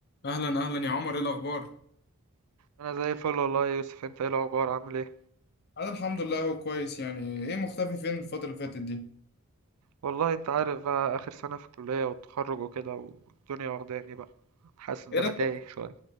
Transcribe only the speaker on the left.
اهلا اهلا يا عمر ايه الاخبار
انا الحمد لله هو كويس يعني ايه مختفي فين الفترة اللي فاتت دي
ايه ده
انت